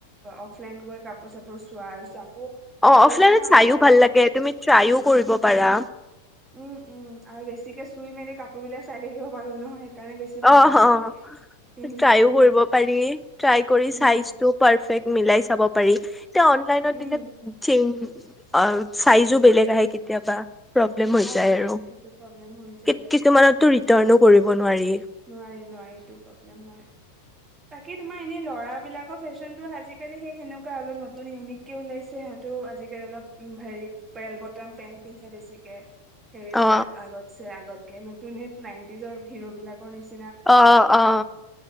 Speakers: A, on the right; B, in the centre.
A: অফলাইন গৈ কাপোৰ চাপুৰ চোৱা অঁ,
B: অ
A: ছোৱালী
B: অফলাইনত
A: মানুহৰ আমাৰ
B: চাইও
A: লাৰি
B: ভাল
A: বিদাৰি
B: লাগে তুমি
A: চাব,
B: ট্ৰাইও কৰিব পাৰা
A: উম উম আৰু বেছিকে চুই মেলি কাপোৰ বিলাক চাই থাকিব বাৰু নহয় সেইকাৰণে বেছি ভাল
B: অঁ,
A: লাগে
B: অঁ
A: আকৌ পিন্ধি
B: ট্ৰাইও
A: চাবও
B: কৰিব পাৰি, ট্ৰাই কৰি
A: উম
B: চাইজটো পাৰফেক্ট মিলাই চাব পাৰি। এতিয়া অনলাইনত
A: উম
B: দিলে চেঞ্জ অঁ, চাইজো বেলেগ আহে কেতিয়াবা। প্ৰব্লেম হৈ
A: অ
B: যায়
A: সেইটো
B: আৰু,
A: সেইটো প্ৰব্লেম হৈ যায়
B: কি কিছুমানতটো ৰিটাৰ্ণ ও কৰিব নোৱাৰি।
A: নোৱাৰি-নোৱাৰি সেইটো প্ৰব্লেম হয়, তাকে তোমাৰ এনেই ল'ৰাবলাকৰ ফেশ্বনটো আজিকালি সেই সেনেকুৱা অলপ নতুন ইউনিককে ওলাইছে সিহঁতো আজিকালি অলপ হেৰি বেল বটাম পেন্ট পিন্ধে বেছিকে। হেৰিবলাক
B: অ
A: আগতছে আগত কে নতুন সেই নাইনটিজৰ হিৰ' বিলাক পৰিছে
B: অ -অ-অ